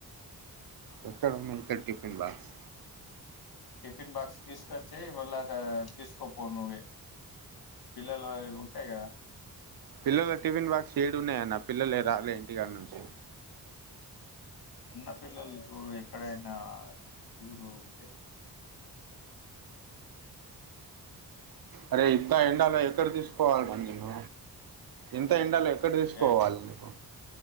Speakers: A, on the right; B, on the left.
A: ఎక్కడ ఉన్నాయి ఇక్కడ టిఫిన్ బాక్స్
B: టిఫిన్ బాక్స్ తీసుకొచ్చే ఇవాళ్ళ తీసుకోపో నువ్వే పిల్లలు వాళవి ఉంటాయి కదా
A: పిల్లల టిఫిన్ బాక్స్ ఏడు ఉన్నాయన్న పిల్లలే రాలే ఇంటికాడ నుంచి
B: ఉన్న పిల్లలు చూడు ఎక్కడైనా చూడు ఉంటే
A: అరే ఇంత ఎండ లో ఎక్కడ తీసుకుపోవాలి నేను ఇంత ఎండాలో ఎ ఎక్కడ తీసుకుపోవాలి
B: ఏ
A: నీకు